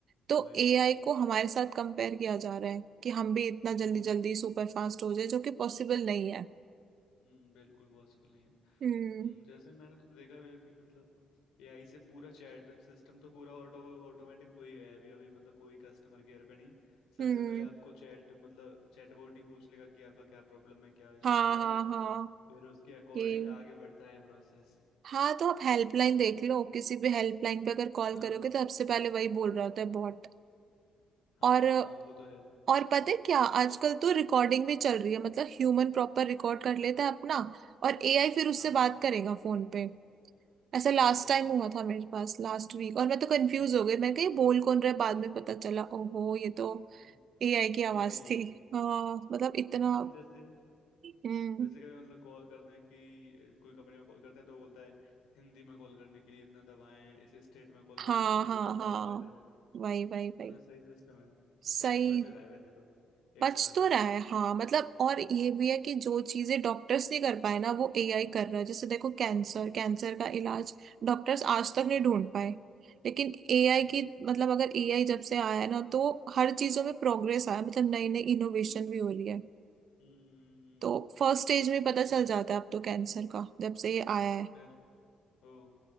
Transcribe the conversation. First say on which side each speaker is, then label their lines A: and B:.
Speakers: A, on the right (about 60°); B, on the left (about 80°).
A: तो
B: वही
A: एआई को हमारे साथ कंपेयर किया जा रहा है कि हम भी इतना
B: हम्म
A: जल्दी जल्दी सुपर फास्ट हो जाए जो कि पॉसिबल नहीं है
B: हम्म बिल्कुल पॉसिबल नहीं है
A: हम्म
B: हम्म जैसे मैंने तो देखा भी है कि मतलब एआई से पूरा चैट सिस्टम तो पूरा ऑटो ऑटोमेटिक हो ही गया है अभी अभी मतलब कोई कस्टमर केयर पे नहीं सबसे
A: हम्म
B: पहले आपको चैट मतलब चैटबॉट ही पूछ लेगा कि आपका क्या प्रॉब्लम है क्या इश्यू
A: हाँ
B: आ रहा
A: हाँ
B: है
A: हाँ
B: फिर उसके अकॉर्डिंग
A: ये
B: आगे बढ़ता है प्रोसेस
A: हाँ तो आप हेल्पलाइन
B: है ना
A: देख लो किसी भी हेल्पलाइन पे अगर कॉल
B: हाँ
A: करोगे तो सबसे पहले वही बोल रहा होता है बॉट
B: हाँ
A: और
B: हाँ हाँ वो तो है
A: और पता है क्या आजकल तो रिकॉर्डिंग भी चल रही है मतलब ह्यूमन प्रॉपर रिकॉर्ड कर लेता है अपना और एआई फिर उससे
B: हाँ
A: बात करेगा फोन पे ऐसा लास्ट
B: ओ
A: टाइम हुआ था मेरे पास लास्ट वीक और मैं तो
B: हम्म
A: कंफ्यूज
B: हम्म,
A: हो गई मैं कही बोल कौन रहा है बाद में पता चला ओहो ये तो
B: हम्म, हम्म,
A: एआई की आवाज
B: ए आई
A: थी
B: है
A: हाँ मतलब इतना
B: हाँ जैसे
A: हम्म
B: जैसे कभी मतलब कॉल करते हैं कि कोई कंपनी में कॉल करते हैं तो बोलता है हिंदी में कॉल करने के लिए इतना दबाएं इस स्टेट में कॉल
A: हाँ
B: करने के लिए इतना
A: हाँ
B: दबाएं
A: हाँ
B: बटन
A: वही वही वही
B: मतलब सही सिस्टम है
A: सही
B: टाइम बच रहा है वैसे तो एक
A: बच
B: तरह
A: तो
B: से
A: रहा है हाँ मतलब और ये भी है कि जो चीजें डॉक्टर्स नहीं कर पाए ना वो एआई कर रहा है जैसे देखो कैंसर कैंसर का इलाज डॉक्टर्स आज तक
B: हम्म
A: नहीं ढूंढ पाए लेकिन एआई
B: हम्म हम्म
A: की मतलब अगर एआई जब से आया है ना तो हर चीजों में प्रोग्रेस आया मतलब नई नई इनोवेशन भी हो रही है
B: हम्म, हम्म,
A: तो फर्स्ट स्टेज में पता
B: वो तो
A: चल
B: है
A: जाता है अब तो कैंसर का जब से ये आया है
B: खैर ओ